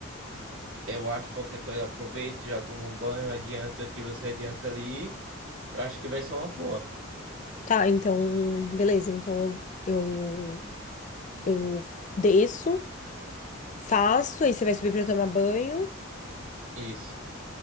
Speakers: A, on the right; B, on the left.
A: Eu acho que qualquer coisa aproveita, já toma um banho, adianta aqui, você adianta ali. Eu acho que vai ser uma boa.
B: Tá, então, beleza. Então eu, eu, eu desço, faço, aí você vai subir pra eu tomar banho.
A: Isso.